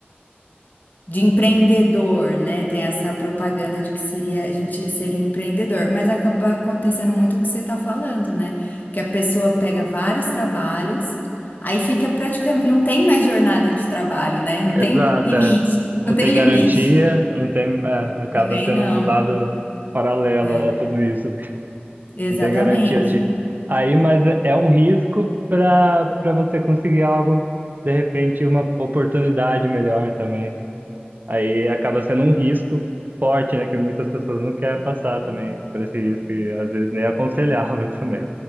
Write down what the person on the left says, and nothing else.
de empreendedor, né? Tem essa propaganda de que seria a gente seria empreendedor, mas acaba acontecendo muito o que você está falando, né? Que a pessoa pega vários trabalhos, aí fica praticamente, não tem mais jornada de trabalho, né? Não tem
limite,
não
tem
limite.
Também
não.
é.
Exatamente.